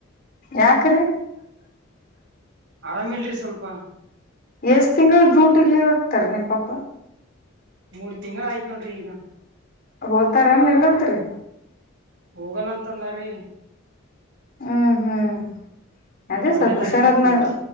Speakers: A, on the left; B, on the right.
A: ಯಾಕ್ರೀ
B: ಆರಾಮ ಅಲ್ರಿ ಸ್ವಲ್ಪ
A: ಎಷ್ಟ್ ತಿಂಗಳು ಡ್ಯೂಟಿಗ್ ಲೀವ್ ಆಕ್ತಾರ ನಿಮ್ ಪಾಪ
B: ಮೂರ್ ತಿಂಗಳು ಆಯ್ತು ನೋಡ್ರಿ ಈಗ
A: ಹಓತಾರನ್ ಇಲ್ಲಂತ್ರಿ
B: ಹೋಗಲ್ಲ ಅಂತಂದ್ರೀ
A: ಹ್ಮ್ ಹ್ಮ್ ಅದೇ
B: ಮೊನ್ನೆ
A: ಸ್ವಲ್ಪ
B: ತಾರೀಕ್
A: ಹುಷಾರಾದ್ಮ್ಯಾಗ
B: ಹೋಗ್ತೇನ ಅಂತ